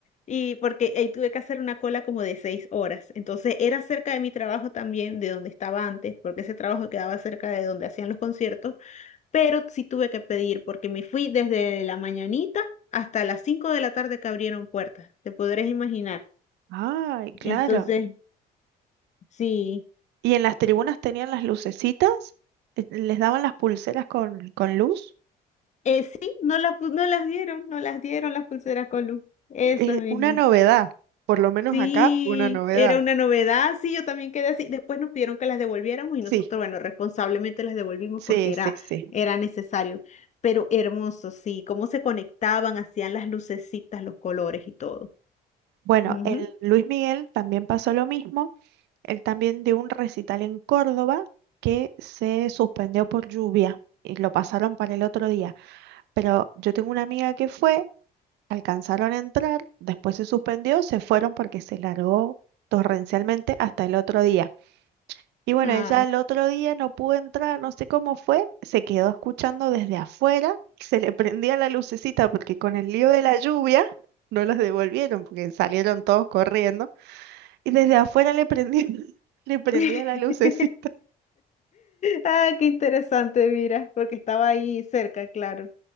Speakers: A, on the left; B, on the right.
A: Y porque ahí tuve que hacer una cola como de seis horas. Entonces era cerca de mi trabajo también, de donde estaba antes, porque ese trabajo quedaba cerca de donde hacían los conciertos. Pero sí tuve que pedir, porque me fui desde la mañanita hasta las cinco de la tarde que abrieron puertas. Te podrás imaginar.
B: Ay, claro.
A: Entonces, sí.
B: ¿Y en las tribunas tenían las lucecitas? Eh, ¿Les daban las pulseras con, con luz?
A: Eh, sí, no las, pu- no las dieron, no las dieron las pulseras con luz, esas
B: es
A: mismas.
B: una novedad, por lo menos
A: Sí,
B: acá, una novedad.
A: era una novedad, sí, yo también quedé así. Después nos pidieron que las devolviéramos y
B: Sí,
A: nosotros, bueno, responsablemente las devolvimos
B: sí,
A: porque era,
B: sí, sí.
A: era necesario. Pero hermoso, sí, cómo se conectaban, hacían las lucecitas, los colores y todo.
B: Bueno,
A: Ujú.
B: el Luis Miguel también pasó lo mismo. Él también dio un recital en Córdoba que se suspendió por lluvia y lo pasaron para el otro día. Pero yo tengo una amiga que fue, alcanzaron a entrar, después se suspendió, se fueron porque se largó torrencialmente hasta el otro día. Y bueno,
A: Ay.
B: ella el otro día no pudo entrar, no sé cómo fue, se quedó escuchando desde afuera, se le prendía la lucecita porque con el lío de la lluvia no las devolvieron porque salieron todos corriendo y desde afuera le prendía, <laughs> le prendía
A: <laughs>
B: la lucecita.
A: Ay, qué interesante, mira, porque estaba ahí cerca, claro.